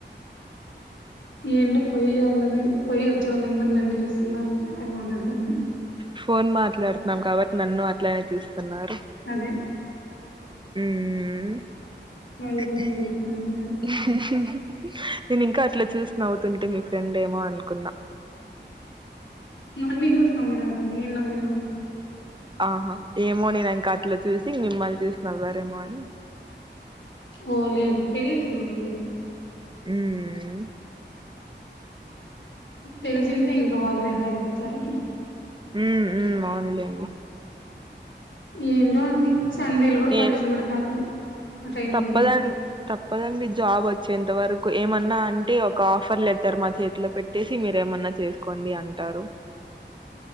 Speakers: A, on the left; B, on the right.
A: ఏంటో పొయ్యి వళ్ళం పొయ్యి వచ్చి వాళ్ళందరు నన్నే చూస్తున్నారు. చిరాకు మాట్లాడుతున్నా
B: ఫోన్ మాట్లాడుతున్నాం కాబట్టి నన్ను అట్లనే చూస్తున్నారు.
A: అదే
B: మ్
A: మరి
B: ఉఊ
A: ఘోరంగా
B: ఊహ్హ్
A: చూస్తున్నాడు
B: నేను ఇంకా అట్లా చూసి నవ్వుతుంటే మీ ఫ్రెండ్ ఏమో అనుకున్నా.
A: నువ్ అన్ని చూసి నవ్వినారా నేను నవ్వినా
B: ఆహా ఏమో నేను ఇంకా అట్లో చూసి మిమ్మల్ని చూసి నవ్వారేమో అని
A: ఓ లేదు తిరిగి చూళ్ళేదు.
B: ఉమ్
A: తెలిసింటే ఇంకా వాళ్లే హాయ్ చెప్తారు.
B: ఉ ఉ అవునులే
A: ఏంటో అండి సండేలు కూడా కాలేజీలు
B: ఏం
A: పెడతారు. ఆ ట్రైనింగ్
B: తప్పదం
A: ది
B: తప్పదండి. జాబ్ వచ్చేంత వరకు ఏమన్నా అంటే ఒక ఆఫర్ లెటర్ మా చేతిలో పెట్టేసి మీరేమన్నా చేసుకోండి. అంది అంటారు